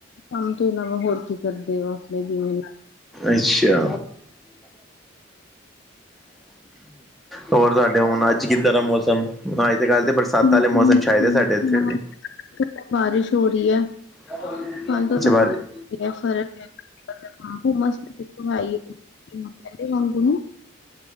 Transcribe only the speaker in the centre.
ਅੱਛਾ। ਹੋਰ, ਤੁਡੇ ਹੁਣ ਅੱਜ ਕਿੱਦਾਂ ਦਾ ਮੌਸਮ। ਅੱਜ ਦੇ ਕੱਲ੍ਹ ਤੇ ਬਰਸਾਤਾਂ
ਵਾਲੇ
ਮੌਸਮ ਚਛਾਏਦੇ ਸਾਡੇ ਇੱਥੇ
ਵੀ
ਅੱਛਾ
ਬਾਜੀ